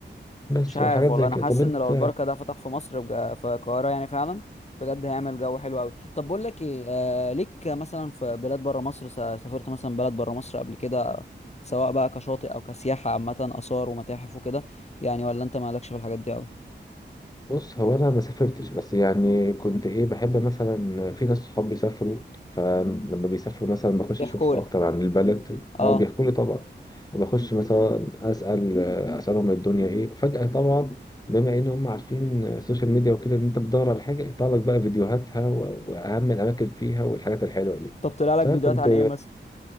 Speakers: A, on the left; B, on the left.
A: بس
B: مش عارف
A: وحاجات
B: والله
A: زي
B: انا
A: كده
B: حاسس
A: طب انت
B: ان لو البركة ده فتح في مصر بجا... في القاهرة يعني فعلا بجد هيعمل جو حلو قوي طب بقول لك ايه آه ليك مثلا في بلاد بره مصر س- سافرت مثلا بلد بره مصر قبل كده سواء بقى كشاطئ او كسياحة عامة آثار ومتاحف وكده يعني ولا انت مالكش في الحاجات دي قوي
A: بص هو انا ما سافرتش بس يعني كنت ايه بحب مثلا في ناس صحاب بيسافروا فلما بيسافروا مثلا بخش
B: بيحكوا
A: اشوف
B: لك
A: اكتر عن البلد
B: اه
A: او بيحكوا لي طبعا وبخش مثلا اسال اسالهم الدنيا ايه فجاه طبعا بما ان هم عارفين السوشيال ميديا وكده ان انت بتدور على حاجه يطلع لك بقى فيديوهاتها و- واهم الاماكن فيها والحاجات الحلوه دي
B: طب طلع لك
A: فكنت
B: فيديوهات عن ايه مثلا